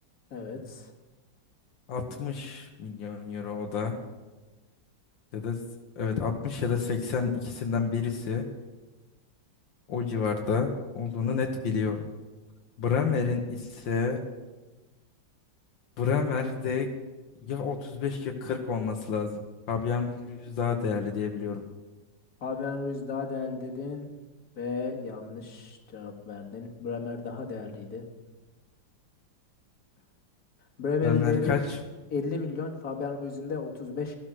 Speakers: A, on the left; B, on the left.
A: Evet.
B: 60 milyon euro o da. Ya da s- evet 60 ya da 80 ikisinden birisi o civarda olduğunu net biliyorum. Bremer'in ise Bremer'de ya 35 ya 40 olması lazım. Fabian Ruiz daha değerli diye biliyorum.
A: Fabian Ruiz daha değerli dedin ve yanlış cevap verdin. Bremer daha değerliydi. Bremer'in
B: Bremer
A: değeri
B: kaç?
A: 50 milyon. Fabian Ruiz'in de 35